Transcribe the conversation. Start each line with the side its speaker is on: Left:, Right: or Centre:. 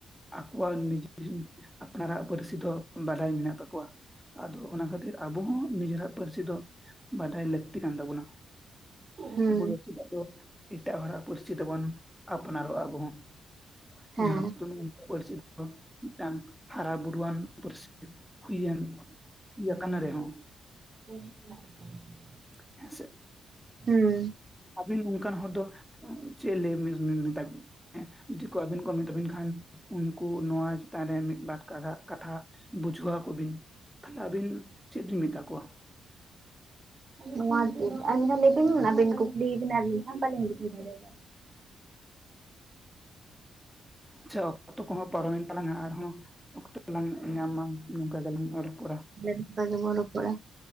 Centre: ᱟᱠᱚᱣᱟᱜ ᱱᱤᱡᱮ ᱟᱯᱱᱟᱨᱟᱜ ᱯᱟᱹᱨᱥᱤ ᱫᱚ ᱵᱟᱰᱟᱭ ᱢᱮᱱᱟᱜ ᱛᱟᱠᱚᱣᱟ ᱟᱫᱚ ᱚᱱᱟ ᱠᱷᱟᱹᱛᱤᱨ ᱟᱵᱚ ᱦᱚᱸ ᱱᱤᱡᱮᱨᱟᱜ ᱯᱟᱹᱨᱥᱤ ᱫᱚ ᱵᱟᱰᱟᱭ ᱞᱟᱹᱠᱛᱤ ᱠᱟᱱ ᱛᱟᱵᱚᱱᱟ
Right: ᱦᱮᱸ
Centre: ᱟᱵᱚ ᱫᱚ ᱪᱮᱫᱟᱜ ᱫᱚ ᱮᱴᱟᱜ ᱦᱚᱲᱟᱜ ᱯᱟᱹᱨᱥᱤ ᱛᱮᱵᱚᱱ ᱟᱯᱱᱟᱨᱚᱜᱼᱟ ᱟᱵᱚ ᱦᱚᱸ
Right: ᱦᱮᱸ
Centre: ᱡᱟᱦᱟᱸ ᱩᱱᱠᱩ ᱯᱟᱨᱥᱤ ᱫᱚ ᱢᱤᱫᱴᱟᱝ ᱦᱟᱨᱟᱼᱵᱩᱨᱩᱣᱟᱱ ᱯᱟᱹᱨᱥᱤ ᱦᱩᱭᱮᱱ ᱤᱭᱟᱹ ᱠᱟᱱᱟ ᱨᱮ ᱦᱚᱸ
Right: <unintelligible>
Centre: ᱦᱮᱸ ᱥᱮ
Right: ᱦᱩᱸ
Centre: ᱟᱵᱤᱱ ᱱᱚᱝᱠᱟᱱ ᱦᱚᱲ ᱫᱚ ᱪᱮᱫ ᱞᱟᱹᱭ ᱢᱮᱛᱟ ᱵᱤᱱ ᱡᱩᱫᱤ ᱠᱚ ᱟᱹᱵᱤᱱ ᱠᱚ ᱢᱮᱛᱟᱹᱵᱤᱱ ᱠᱷᱟᱱ ᱩᱱᱠᱩ ᱱᱚᱣᱟ ᱪᱮᱛᱟᱱ ᱨᱮ ᱢᱤᱫ ᱵᱟᱨ ᱠᱟᱷᱟ ᱠᱟᱛᱷᱟ ᱵᱩᱡᱷᱟᱹᱣᱟᱠᱚᱵᱤᱱ ᱛᱟᱦᱚᱞᱮ ᱟᱹᱵᱤᱱ ᱪᱮᱫ ᱵᱤᱱ ᱢᱮᱛᱟ ᱠᱚᱣᱟ
Right: ᱱᱚᱣᱟ ᱵᱤᱱ ᱞᱮᱵᱤᱱ ᱟᱵᱤᱱ ᱠᱩᱠᱞᱤᱭ ᱵᱤᱱᱟ ᱟᱹᱞᱤᱧ ᱦᱚᱸ ᱵᱟᱞᱤᱧ ᱵᱩᱡᱷᱟᱹᱣ ᱫᱟᱲᱮᱭᱟᱜᱫᱟ
Centre: ᱟᱪᱪᱷᱟ ᱚᱠᱛᱚ ᱠᱚᱦᱚᱸ ᱯᱚᱨᱚᱢᱮᱱ ᱛᱟᱞᱟᱝᱼᱟ ᱟᱨᱦᱚᱸ ᱚᱠᱛᱚ ᱞᱟᱝ ᱧᱟᱢᱟ ᱱᱚᱝᱠᱟ ᱜᱮᱞᱟᱝ ᱨᱚᱯᱚᱲᱟ
Right: ᱛᱟᱦᱚᱞᱮ ᱱᱚᱝᱠᱟ ᱜᱮᱵᱚᱱ ᱨᱚᱯᱚᱲᱟ